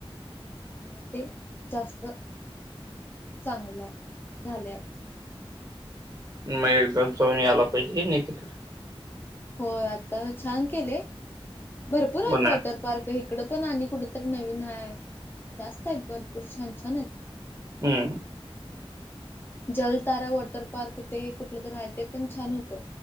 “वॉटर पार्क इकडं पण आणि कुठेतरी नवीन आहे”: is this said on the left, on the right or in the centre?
Left